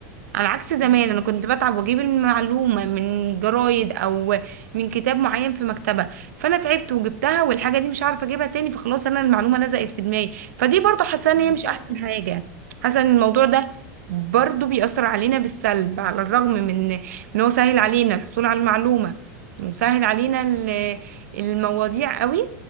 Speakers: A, on the right; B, on the left.
A: على عكس زمان
B: دي
A: انا
B: حقيقة.
A: كنت بتعب واجيب المعلومه من جرايد او من كتاب معين في مكتبه فانا تعبت وجبتها والحاجه دي مش عارفه اجيبها تاني فخلاص انا المعلومه لزقت في دماغي فدي برضو حاسه ان
B: بالظبط
A: هي مش احسن
B: أنت
A: حاجه حاسه ان الموضوع ده برضو بيأثر علينا بالسلب على الرغم من ان هو سهل علينا الحصول على المعلومه وسهل علينا ال- المواضيع قوي